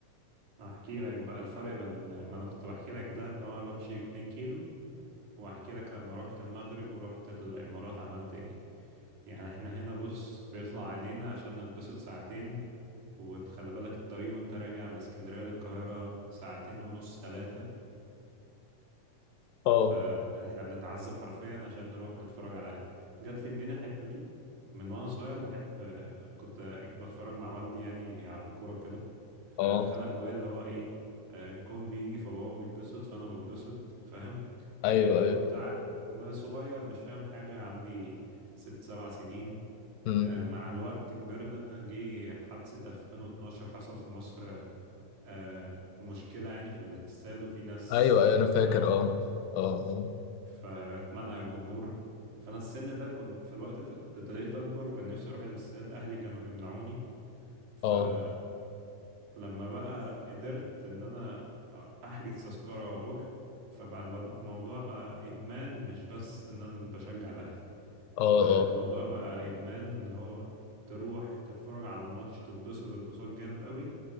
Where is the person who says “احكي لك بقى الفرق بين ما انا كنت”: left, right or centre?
Right